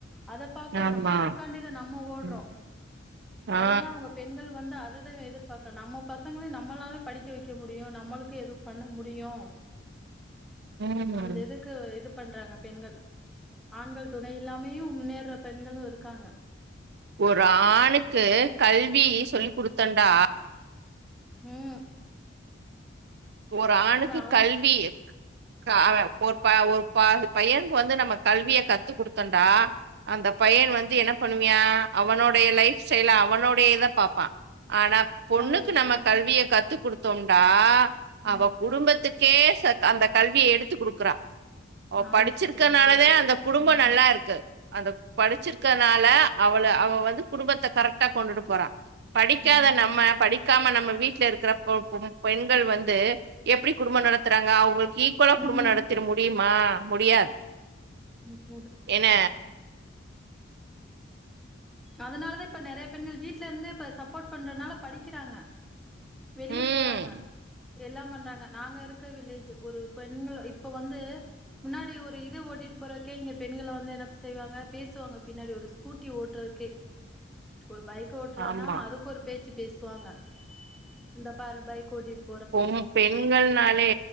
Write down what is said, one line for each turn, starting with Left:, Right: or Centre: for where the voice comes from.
Centre: அத அத பாக்குறோ
Right: ஆமா
Centre: நம்ம அதுக்காண்டிதா நம்ம ஓட்
Right: ம்.
Centre: றோஅததா
Right: ஆ
Centre: அவுங்க பெண்கள் வந்து அது அததா இவ எதிர்பாத்தன் நம்ம பசங்கள நம்மளால படிக்க வைக்க முடியு நம்மளுக்கு எதுவு பண்ண முடியு
Right: ம்
Centre: அந்த இதுக்கு இது பண்றாங்க பெண்கள் ஆண்கள் துணை இல்லாமயு முன்னேர்ற பெண்களு இருக்காங்க
Right: ஒரு ஆணுக்கு கல்வி சொல்லி குடுத்தண்டா
Centre: ம்
Right: ஒரு ஆணுக்கு
Centre: அந்த அவங்க
Right: கல்வி க அவ ஒரு ப ஒரு ப பையனுக்கு வந்து நம்ம கல்விய கத்து குடுத்தோன்டா அந்த பையன் வந்து என்ன பண்ணுவியா அவனோட லைஃப் செய்ல அவனோடையேதா பாப்பா ஆனா பொண்ணுக்கு
Centre: ஒரு
Right: நம்ம
Centre: பெண்
Right: கல்வியை கத்து கொடுத்து தொண்டா
Centre: ம்
Right: அவ குடும்பத்துக்கு கேச அந்த கல்வியை எடுத்து குடுக்குறா அவ
Centre: ஆமா
Right: படிச்சிருக்கனாலதா
Centre: சிஸ்டர் நீங்க சொல்றது கரெக்ட்
Right: அந்த குடும்போ
Centre: ம்
Right: நல்லா இருக்கு அந்த படிச்சிருக்கனால அவள அவள் வந்து குடும்பத்த கரெக்டா கொண்டுட்டு போறா படிக்காத
Centre: ம்
Right: நம்ம படிக்காம நம்ம வீட்டில இருக்கிற பொ பெ பெண்கள் வந்து து எப்படி குடும்பம் நடத்துறாங்க அவங்களுக்கு ஈக்குவலா குடும்ப
Centre: ம்
Right: நடத்திட
Centre: ம்
Right: முடியுமா முடியாது
Centre: முடியாது
Right: என்ன
Centre: அதனாலதா இப்ப நெறையா பெண்கள் வீடல இருந்து இப்ப சப்போர்ட் பண்றதுனால படிக்கிறாங்க வெளியே
Right: ம்
Centre: போறாங்க எல்லாம் பண்றாங்க நாங்க இருக்க வில்லேஜ் ஒரு பெண்கள் இப்போ வந்து முன்னாடி ஒரு இது ஓட்டிட்டு போறதுக்கே இங்க பெண்களை வந்து என்ன செய்வாங்க பேசுவாங்க பின்னாடி ஒரு ஸ்கூட்டி ஓட்டுறதுக்கு <unintelligible> ஒரு பைக் ஓட்டுறானா
Right: ஆமா
Centre: அதுக்கு ஒரு பேச்சு பேசுவாங்க இந்த பாரு பைக் கோட்டிட்
Right: பொ பெண்கள்னாலே